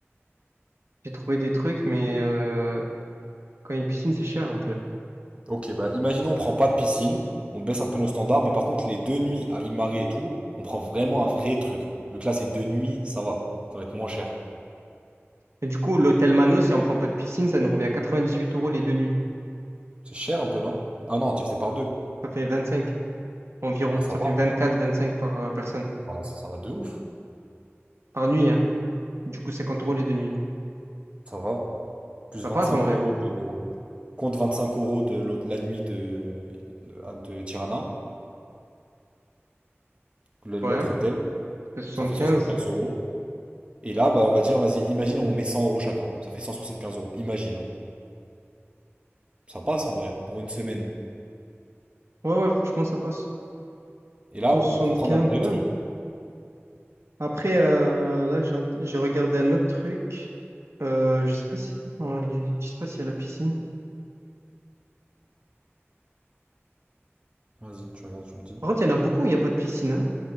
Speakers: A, on the right; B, on the right.
A: j'ai trouvé des trucs, mais euh, quand il y a une piscine, c'est cher un peu.
B: Ok, bah imaginons on prend pas de piscine, on baisse un peu nos standards, mais par contre les deux nuits à Imari et tout, on prend vraiment un vrai truc. Vu que là c'est deux nuits, ça va, ça va être moins cher.
A: Et du coup, l'hôtel Mano, si on prend pas de piscine, ça nous revient à 98 euros les deux nuits.
B: C'est cher un peu, non? Ah non, divisé par deux.
A: Ça fait 25 environ.
B: Bah ça
A: Ça
B: va,
A: fait 24, 25 par euh, personne.
B: Bah, ça ça va de ouf,
A: Par nuit, hein. Du coup, 50 euros les deux nuits.
B: ça va. Plus
A: Ça
B: 25
A: passe en vrai.
B: euros de... Compte 25 euros de l'autre- la nuit de, de, ah, de Tirana, le- l'autre
A: Ouais. ça
B: hôtel,
A: fait 75.
B: ça fait 75 euros. Et là, bah on va dire, vas-y, imagine on met 100 euros chacun, ça fait 175 euros, imagine. hein. Ça passe en vrai, pour une semaine.
A: Ouais, ouais, franchement, ça passe.
B: Et là,
A: 175,
B: on peut prendre un vrai
A: ouais.
B: truc.
A: Après, euh, là, j'ai j'ai regardé un autre truc. Euh, je sais pas si. non, il y a- je sais pas s'il y a la piscine.
B: Vas-y, tu regardes, tu me dis.
A: Par contre, il y en a beaucoup où il n'y a pas de piscine, hein.